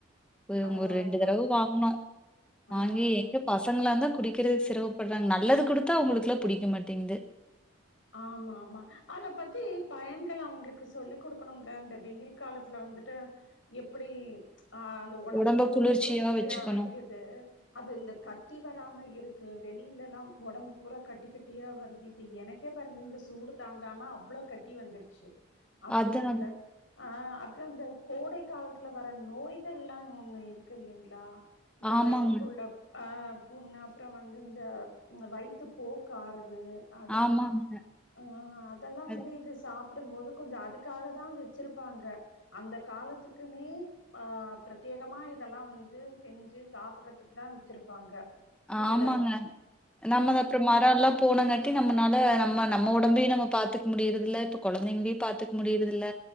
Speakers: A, in the centre; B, on the left.
A: <unintelligible>
B: பரவால்ல
A: ரெண்டு தடவ வாங்குனோ வாங்கி
B: ஆ
A: எங்க பசங்கள வந் குடிக்கிறது சிரமப்படுறாங்க நல்லது குடுத்தா அவங்களுக்கல்லா புடிக்க மாட்டேங்குது
B: ஆமா ஆமா அத பத்தி பயன்கள் அவங்களுக்கு சொல்லி் கொடுக்கணுங்க இந்த வெயில் காலத்துல வந்துட்டு எப்படி ஆஹ் அந்த ஒடம்ப
A: உடம்ப
B: எவ்வளவு குளிர்ச்சியா
A: வச்சுக்கணும்.
B: வைக்குது அது இந்த கட்டி வராம இருக்கு வெளியிலல்லா ஒடம்பு பூரா கட்டி கட்டியா வருது இப்ப எனக்கு க்கே பாருங்க இந்த சூடு தாங்காம அவ்ளோ கட்டி வந்துருச்சு அப்படி
A: அதான்
B: இருக்க ஆஹ் அப்பறம் அந்த கோடை காலத்துல வர நோய்கள்லா ஒண்ணு இருக்கு இல்லைங்களா இந்த
A: ஆமாங்க,
B: வயித்துக்குள்ள அஹ் புண்ணு அப்றோ வந்து இந்த இந்த வயித்து போக்கு ஆறது து அதெல்லா
A: ஆமாங்க.
B: ஆஹ் அதெல்லா
A: அது
B: வந்து இது சாப் ப்பிடும்போது கொஞ்ச அதுக்காகதா வச்சிருப்பாங்க அந்த காலத்துக்குன்னே ஆஹ் பிரத்தயேகமா இதெல்லா வந்து செஞ்சு சாப்பிடடுறதுக்குதா வச்சிருப்பாங்க இதுல
A: ஆமாங்க நம்மத
B: ஆ
A: அப்றோ மரோ எல்லா போனங்காட்டி நம்மனால நம்ம நம்ம ஒடம்பையு நம்ம பாத்துக்க முடியுறதில்ல இப்ப கொழந்தைங்களையு பாத்துக்க முடியுறதில்ல